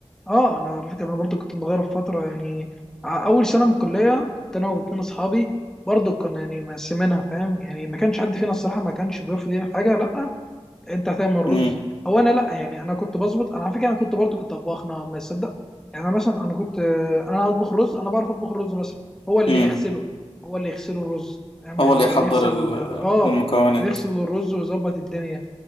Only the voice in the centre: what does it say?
اه انا على فكره انا برضو كنت متغرب فتره يعني ع- اول سنه من الكليه كنت انا واتنين اصحابي برضو كنا يعني مقسمينها فاهم يعني ما كانش حد فينا الصراحه ما كانش بيرفض يعمل حاجه لا انت هتعمل
رز او انا لا يعني انا كنت بظبط انا على فكره انا كنت برضو كنت طباخ نوعا ما تصدق يعني انا مثلا انا كنت انا هطبخ رز انا بعرف اطبخ الرز مثلا هو اللي
يغسله هو اللي يغسله الرز فاهم
يعني
هو
اللي يغسل
ال- اه
يغسل الرز ويظبط الدنيا